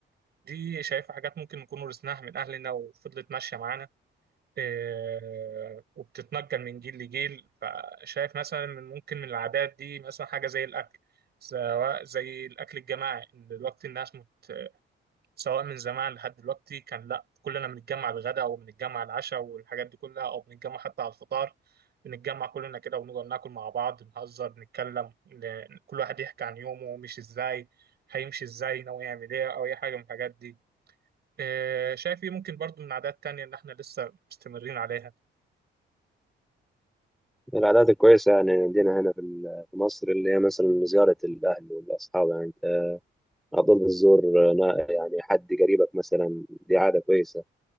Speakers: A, on the right (about 55°); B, in the centre.
A: دي شايفة حاجات ممكن نكون ورثناها من أهلنا وفضلت ماشية معانا آه، وبتتنقل من جيل لجيل فشايف مثلا من ممكن من العادات دي مثلا حاجة زي الأكل سواء زي الأكل الجماعي إن دلوقتي الناس مت... سواء من زمان لحد دلوقتي كان لأ كلنا بنتجمع الغداء وبنتجمع العشاء والحاجات دي كلها أو بنتجمع حتى على الفطار بنتجمع كلنا كده ونقعد ناكل مع بعض نهزر نتكلم ن- كل واحد يحكي عن يومه مش إزاي هيمشي إزاي ناوي يعمل إيه أو أي حاجة من الحاجات دي آه، شايف إيه ممكن برضو من عادات تانية إن إحنا لسه مستمرين عليها
B: من العادات الكويسة يعني عندنا هنا في ال- في مصر اللي هي مثلا زيارة الأهل والأصحاب يعني أنت على طول بتزور نا- يعني حد قريبك مثلا دي عادة كويسة